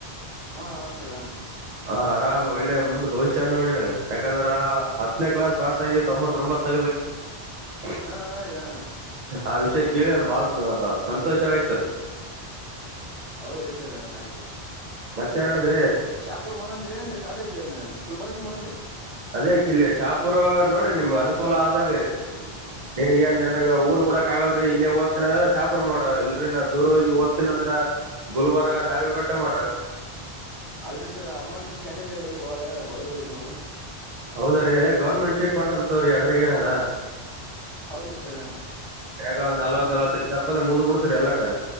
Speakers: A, on the right (about 25°); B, on the right (about 50°).
A: ಹಾ ಹ ಸರ
B: ಹ ಆರಾಮ್ ಒಳ್ಳೆ ಮುಂದ್ ಭವಿಷ್ಯ ನೋಡ್ಡಿ ನಿನಗೆ ಯಾಕಂದ್ರ ಹತ್ತನೇ ಕ್ಲಾಸ್ ಪಾಸ್ ಆಗಿ ತೊಂಬತರೋಮ್ಬತ <unintelligible>
A: ಹಾ ಹಾ
B: ಆ ವಿಷಯ ಕೇಳಿ ನನಗ್ ಬಾಳ ಸ ಸಂತೋಷವಾಯ್ತು
A: ಹೌದ ರೀ ಸರ್ ಆಯ್ತು ರೀ
B: ಮತ್ತೆನಡದ್ರಿ
A: ಇಲ್ಲ ರೀ ಶಾಪುರ್ ಮಾಡಂದ್ರೀ ಏನು ರೀ ಕಾಲೇಜ್ ಗುಲ್ಬಾರಕ್ ಮಾಡಂದ್ರರಿ
B: ಅದೇಕಿಲ್ಲಿ ಶಾಪೂರೊ ನೋಡ್ರಿ ನಿಮ್ಗ್ ಅನುಕೂಲ ಆದಂಗ್ರಿ, ನೀನ್ಗ ಏನ್ ನಿನ್ಗ ಊರ್ ಬಿಡಕ್ ಆಗಲ್ರಿ ಇಲ್ಲೇ ಓದ್ತಿನ್ ಅಂದ್ರ ಶಾಪೂರ್ ನೊಡ, ಇಲ್ರಿ ನಾ ದೂರ ಹೋಗಿ ಓದ್ತಿನ್ ಅಂದ್ರ ಗುಲ್ಬರ್ಗ, ನಾಗರಬಟ್ಟೆ ಮಾಡು
A: ಅಲ್ರಿ ಸರ್ ಅಮೌಂಟ್ ಸ್ಯಾಟೇಜಿ ಅದರಿ ಬಾಳ ಬಡೋರಿ ನಾವು
B: ಸರ್ ರೀ ಗೌರ್ಮೆಂಟ್ ಚೆಕ್ ಮಾಡತಾದ ತೋರಿ ಅದ್ರಗ ಏನ ಅದ
A: ಹೌದ್ರಿ ಸರ್
B: ಎಗೋ ಒಂದ್ ನಲ್ವತ್
A: ಹೌದ್
B: ನಲ್ವತ್ತಯ್ದು ಮದ ಮುಗದಬಿಡತ ರಿ ಎಲೋಟ ಸರಿ